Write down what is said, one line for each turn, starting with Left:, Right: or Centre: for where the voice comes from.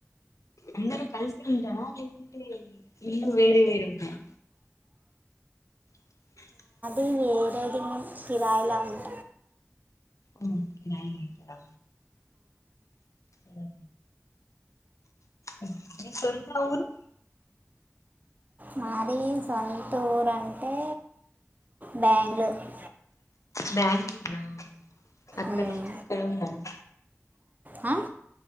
Left: అందరు కలిసి ఉంటారా లేకుంటే ఇళ్లు వేరే వేరుంటాయా <inaudible>
Right: ఈ వేరేదిను కిరయల ఉంట
Left: ఒ కిరాయి వుంటరా ఊ ఊ మీ సొంత ఊరు
Right: మాది సొంతూరంటే బ్యాంగళూరు
Left: బ్యాంగళూర అక్కడ
Right: ఉమ్.
Left: నుంచి ఇక్కడ ఉండండి
Right: అ